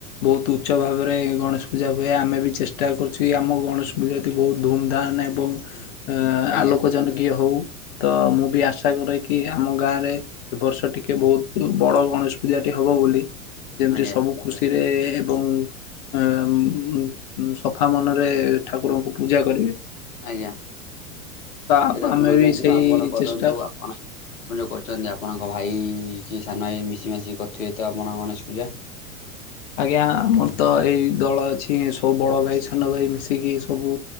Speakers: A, on the left; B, on the left.
A: ବୋହୁତ ଉଚ୍ଚ ଭାବରେ ଗଣେଶ ପୂଜା ହୁଏ ଆମେ ବି ଚେଷ୍ଟା କରୁଚୁ କି ଆମ ଗଣେଶ ପୂଜା ତି ବୋହୁତ ଧୁମଧାମ୍ ଏବଂ ଆ-ଆଲୋକ
B: ଆଜ୍ଞା
A: ଜନକୀୟ ହୋଉ। ତ ମୁଁ ବି ଆଶା କରେ କି ଆମ ଗାଁରେ ଏବର୍ଷ ଟିକେ ବୋହୁତୁ ବଡ ଗଣେଶ ପୂଜାଟି ହବ ବୋଲି ଯେମତି
B: ଆଜ୍ଞା
A: ସବୁ ଖୁସିରେ ଏବଂ ଏ-ଉମ୍-ଉମ୍-ସଫା ମନରେ ଠାକୁରଙ୍କୁ ପୂଜା କରିବେ।
B: ଆଜ୍ଞା।
A: ତ
B: ସେଇଟା
A: ଆମେ
B: ଆପଣ
A: ବି
B: କେମିତି
A: ସେଇ
B: କଣ ଆପଣ କରନ୍ତୁ
A: ଚେଷ୍ଟା
B: ଆପଣ ଆପଣ ଯୋଉ କରୁଚନ୍ତି ଆପଣଙ୍କ ଭା ଭାଇ କି ସାନ ଭାଇ ମିଶି ମାଶିକି କରୁଥିବେ ତ ଆପଣ ଗଣେଶ ପୂଜା?
A: ଆଜ୍ଞା ଆମର ତ ଏଇ ଦଳ ଅଛି ସବୁ ବଡ ଭାଇ ସାନ ଭାଇ ମିଶିକି ସବୁ